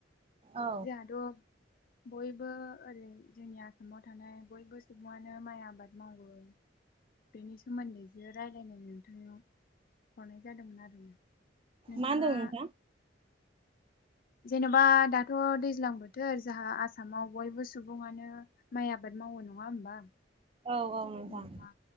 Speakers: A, on the right; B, on the left.
A: औ
B: जोहाथ' बयबो ओरै जोंनि आसामाव थानाय बयबो सुबुङानो माइ आबाद मावो। बेनि सोमोन्दै जो रायलायनाय नोंथाङा हरनाय जादोंमोन आरो। नोंथाङा
A: मा होनदों नोंथां
B: <inaudible> जेनेबा दाथ' दैज्लां बोथोर जाहा आसामाव बयबो सुबुङानो माइ आबाद मावो। नङा होमबा?
A: औ औ नोंथां।
B: जेनेबा